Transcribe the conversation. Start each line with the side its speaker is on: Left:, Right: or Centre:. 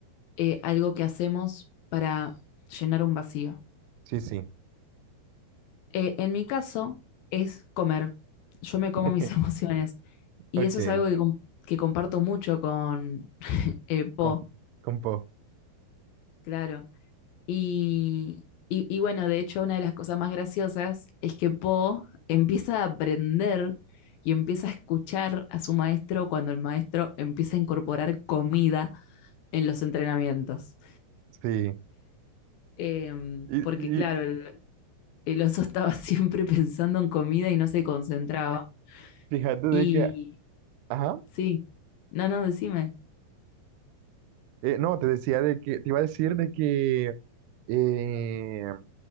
Left: eh, algo que hacemos para llenar un vacío.
Right: Sí, sí.
Left: Eh, en mi caso es comer. Yo me
Right: <laughs>
Left: como mis <laughs> emociones. Y
Right: Ok,
Left: eso es algo que, com- que comparto mucho con eh, Po,
Right: com- compo.
Left: claro. Y, y, y bueno, de hecho, una de las cosas más graciosas es que Po empieza a aprender y empieza a escuchar a su maestro cuando el maestro empieza a incorporar comida en los entrenamientos.
Right: Sí.
Left: Em,
Right: Y,
Left: porque claro,
Right: y
Left: el, el oso <laughs> estaba siempre pensando en comida y no se concentraba.
Right: fíjate de
Left: Y,
Right: que, ajá,
Left: Sí. No, no, decime.
Right: eh, no, te decía de que, te iba a decir de que eh,